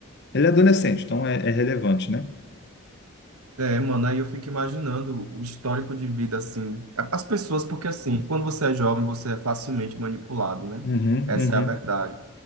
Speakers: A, on the left (about 50°); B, on the right (about 85°).
A: ele é adolescente, então é, é relevante, né?
B: É, mano, aí eu fico imaginando o histórico de vida, assim, a- as pessoas, porque assim, quando você é jovem, você é facilmente manipulado, né?
A: Uhum,
B: Essa
A: uhum.
B: é a verdade.